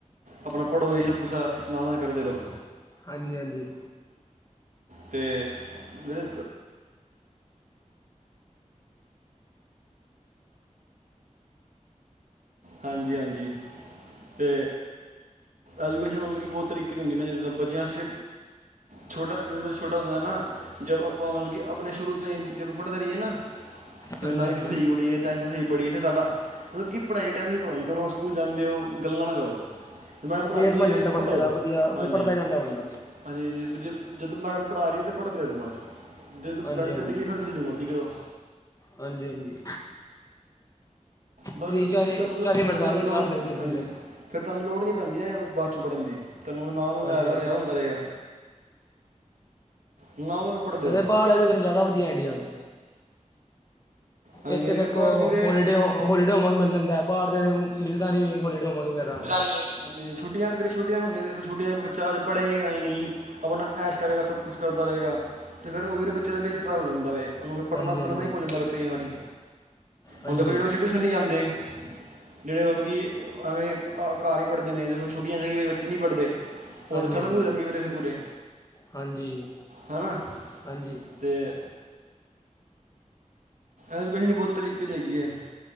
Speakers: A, on the right (about 85°); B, on the left (about 25°).
A: ਆਪਣਾ ਪੜੋ ਵੀ ਸਭ ਕੁਛ ਦਾ ਸਲਾਹਾਂ ਵੀ ਕਰਦੇ ਰਹੋ।
B: ਹਾਂਜੀ -ਹਾਂਜੀ
A: ਤੇ ਵੀ ਹਾਂਜੀ- ਹਾਂਜੀ ਤੇ ਐਜੂਕੇਸ਼ਨ ਮਤਲਬ ਕਿ ਬਹੁਤ ਤਰੀਕੇ ਦੀ ਹੁੰਦੀ ਨਾ ਜਿਸਾਂ ਬੱਚਿਆ ਸ ਛੋਟਾ ਜਿ ਬੱਚਾ ਛੋਟਾ ਹੁੰਦਾ ਨਾ। ਜਬ ਆਪਾਂ ਮਤਲਬ ਆਪਾਂ ਆਪਣੇ ਸ਼ੁਰੂ ਤੋਂ ਹੀ ਜੇ ਪੜ੍ਹਦੇ ਰਹੀਏ ਨਾ ਫਿਰ
B: ਹਾਂਜੀ
A: ਨਾਈਨਥ
B: ਹਾਂਜੀ
A: ਵੀ ਸਹੀ ਬੜੀ ਏ। ਟੈਂਨਥ ਵੀ ਸਹੀ ਪੜ੍ਹੀਏ ਫਿਰ ਸਾਡਾ ਮਤਲਬ ਕੀ ਪੜ੍ਹਾਈ ਹੈ ਟੈਮ ' ਦੀ ਪੜ੍ਹਾਈ ਕਰੋ ਸਕੂਲ ਜਾਂਦੇ ਹੋ ਗੱਲਾਂ ਨਾ ਕਰੋ। ਮੈਮ ਪੜ੍ਹਾਉਂਦੀ
B: ਬੇਸ ਬਣ
A: ਹੈ
B: ਜਾਂਦਾ ਬੰਦੇ
A: ਪੜ੍ਹੋ
B: ਦਾ ਵਧੀਆ
A: ਹਾਂਜੀ'।
B: ਫਿਰ ਪੜਦਾ ਜਾਂਦਾ ਬੰਦਾ
A: ਹਾਂਜੀ- ਹਾਂਜੀ ਜ ਜਦੋਂ ਮੈਡਮ ਪੜ੍ਹਾ ਰਹੀ ਤਾਂ ਪੜ੍ਹਦੇ ਰਹੋ ਬਸ। ਜਦ
B: ਹਾਂਜੀ
A: ਬੈਨੀਫਿਟ
B: ਹਾਂਜੀ
A: ਗਈ ਫਿਰ ਤੁਸੀਂ ਜੌ ਮਰਜ਼ੀ ਕਰੋ।
B: ਹਾਂਜੀ ਹਾਂਜੀ।
A: ਬਸ
B: ਤੀਹ
A: ਜ
B: ਚਾਲੀ
A: ਫਿਰ ਤੁਹਾਨੂੰ
B: ਚਾਲੀ
A: ਫਿਰ
B: ਮਿੰਟ ਸਾਰੀ
A: ਤੁਹਾਨੂੰ
B: ਕਲਾਸ
A: ਲੋੜ ਨਹੀਂ
B: ਲੱਗਦੀ ਸਕੂਲੇ
A: ਹਾਂਜੀ ਫਿਰ ਤੁਹਾਨੂੰ ਲੋੜ ਨਹੀਂ ਪੈਂਦੀ ਹੈ ਬਾਅਦ ਚੋਂ ਵੜਨ ਦੀ ਤਹਾਨੂੰ ਨਾਲ -ਨਾਲ
B: ਹਾਂਜੀ ਹਾਂਜੀ
A: ਯਾਦ ਹੁੰਦਾ ਰਹੇਗਾ। ਨਾਲ ਨਾਲ ਪੜ੍ਹਦੇ
B: ਹ
A: ਰਹੋ
B: ਬਾਹਰ ਵੱਲ ਫਿਰ ਜ਼ਿਆਦਾ ਵਧੀਆ ਇੰਡੀਆ ਤੋ।
A: ਹਾਂਜੀ
B: ਇੱਥੇ
A: ਹਾਂਜੀ
B: ਤੱਕ
A: ਫਿਰ ਬਾਹਰ ਦੀ ਦੇ
B: ਪੋਲੀਡੇ ਹੋ ਹੋਲੀ ਡੋਹੋਮ ਵਰਕ ਮਿਲ ਜਾਂਦਾ ਬਾਹਰ ਦੇ ਮਿਲਦਾ ਨਹੀਂ ਹੋਲੀ ਡੇ ਹੋਮ ਵਰਕ ਵਗੈਰਾ।
A: ਦਾ ਨਹੀਂ ਹਾਂਜੀ ਛੁੱਟੀਆਂ ਵੀਰੇ ਛੁੱਟੀਆਂ ਚ ਬੱਚਾ ਹਜੇ ਪੜ੍ਹੇਗਾ ਹੀ ਨਹੀਂ। ਆਪਣਾ ਐਸ਼ ਕਰੇਗਾ ਸਭ ਕੁਛ ਕਰਦਾ ਰਹੇਗਾ ਅਤੇ ਫਿਰ ਉਹ ਵੀ ਬੱਚੇ ਦਾ ਬੇਸ ਖ਼ਰਾਬ ਰਹਿੰਦਾ ਵਵੇ ਉਹਨੂੰ ਫਿਰ ਪੜ੍ਹਨਾ
B: ਹਾਂਜੀ
A: ਪੜ੍ਹਨਾ
B: ਹਾਂਜੀ
A: ਹੀ ਭੁਲ ਜਾਂਦਾ ਬੱਚੇ ਕਈ ਵਾਰੀ
B: ਹਾਂਜੀ
A: ਹੁਣ ਦੇਖੋ ਜਿਹੜੇ ਬੱਚੇ ਟਿਊਸ਼ਨ ਨਹੀਂ ਜਾਂਦੇ ਜਿਹੜੇ ਮਤਲਬ ਕਿ ਐਵੇਂ ਘਰ ਹੀ ਪੜ੍ਹਦੇ ਨੇ ਦੇਖੋ ਛੁੱਟੀਆਂ ਬੱਚੇ ਨਹੀਂ ਪੜ੍ਹਦੇ। ਉਹ
B: ਹਾਂਜੀ
A: ਖ਼ਤਮ
B: ਹਾਂਜੀ
A: ਹੋ ਜਾਣਗੇ ਵੀਰੇ ਫਿਰ ਪੂਰੇ
B: ਹਾਂਜੀ
A: ਹੈਨਾ।
B: ਹਾਂਜੀ
A: ਤੇ ਐਜੂਕੇਸ਼ਨ ਬਹੁਤ ਤਰੀਕੇ ਦੀ ਹੈਗੀ ਹੈ,